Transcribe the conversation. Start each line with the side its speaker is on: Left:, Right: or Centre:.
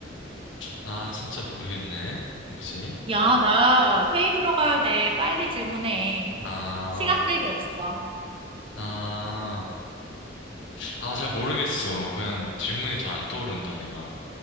Left: 아 진짜 모르겠네. 뭐지?
Right: 야, 나 회의 들어가야 돼. 빨리 질문해.
Left: 아,
Right: 시간 끌기 없어.
Left: 아, 아 잘 모르겠어. 그냥 질문이 더 안 떠오른다 내가.